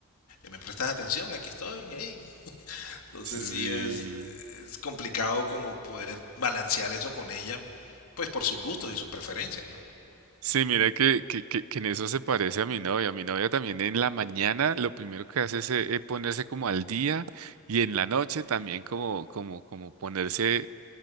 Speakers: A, on the left; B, on the right.
A: me prestas atención, aquí estoy. hey". Entonces
B: Sí.
A: sí es, es complicado como poder balancear eso con ella, pues por sus gustos y sus preferencias,
B: Sí, mira que, que, que, que en eso se parece a mi novia. Mi novia también en la mañana lo primero que hace es eh, ponerse como al día y en la noche también como, como, como ponerse